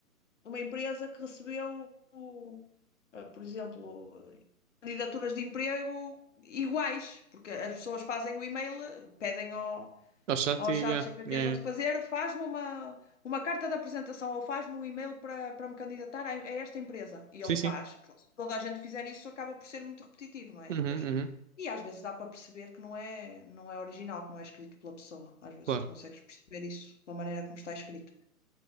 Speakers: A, on the left; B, on the right.
A: uma empresa que recebeu, o- eh, por exemplo, eh, candidaturas de emprego iguais, porque as pessoas fazem o e-mail, eh, pedem ao,
B: Ao chat
A: Ó,
B: e
A: chato,
B: yeah,
A: chega
B: yeah.
A: tempo a te
B: yeah.
A: fazer, faz-me uma, uma carta de apresentação ou faz-me um e-mail para, para me candidatar a, a esta empresa. E
B: Sim,
A: ele faz.
B: sim.
A: E Claro, se toda a gente fizer isso, acaba por ser muito repetitivo, não é?
B: Uhum,
A: E Depois,
B: uhum.
A: e às vezes dá para perceber que não é, não é original, que não é escrito pela pessoa. Às vezes
B: Claro.
A: tu consegues perceber isso pela maneira como está escrito.